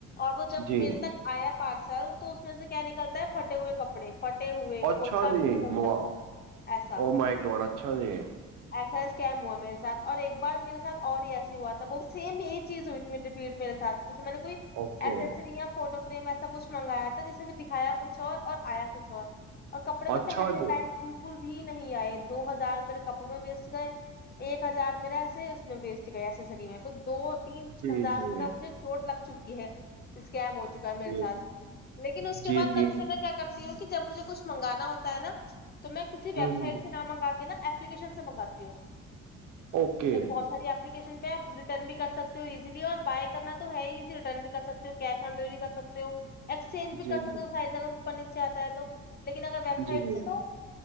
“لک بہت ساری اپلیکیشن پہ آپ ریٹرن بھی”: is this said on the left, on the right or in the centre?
Left